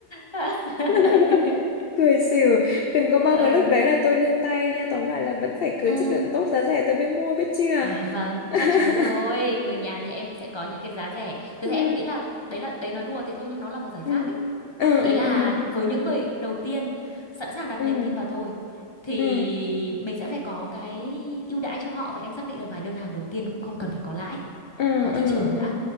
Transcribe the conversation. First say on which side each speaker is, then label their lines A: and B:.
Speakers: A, on the left; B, on the left.
A: <laughs>
B: <laughs> cười xỉu đừng có
A: Ờ,
B: mong là lúc đấy là tôi nương tay nha tóm lại là vẫn phải cứ
A: ừm,
B: chất lượng tốt giá rẻ tôi mới mua biết chưa
A: À vâng,
B: <laughs>
A: chắc chắn rồi. Người nhà thì em sẽ có những cái giá rẻ. Thực
B: ừ
A: ra em nghĩ là đấy là đấy nói đùa thế thôi nhưng nó là một giải
B: ừ
A: pháp ấy.
B: ừ ừ
A: Ý là
B: ừ
A: với những người đầu tiên sẵn sàng đặt
B: ừ
A: niềm tin vào tôi thì
B: ừ
A: mình sẽ phải có cái ưu đãi cho họ và em xác định là vài đơn hàng đầu tiên cũng không cần phải có lãi,
B: ừ
A: có thị
B: ừ
A: trường
B: ừ
A: đã.